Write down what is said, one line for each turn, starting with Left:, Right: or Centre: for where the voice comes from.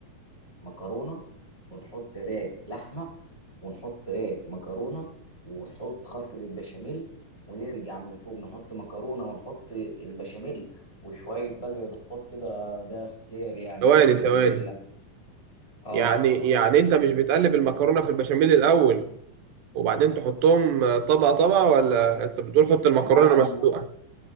Left: مكرونه ونحط راج لحمه ونحط راج مكرونه ونحط خلطه البشاميل ونرجع من فوق نحط مكرونه ونحط البشاميل وشويه بقى اضافات كده ده اختيار يعني
Right: ثواني
Left: شويه موتزاريلا
Right: ثواني
Left: اه
Right: يعني يعني أنت مش بتقلب المكرونة في البشاميل الأول وبعدين تحطهم آه، طبقة طبقة ولا انت بتقول حط المكرونة
Left: لا انا
Right: مسلوقة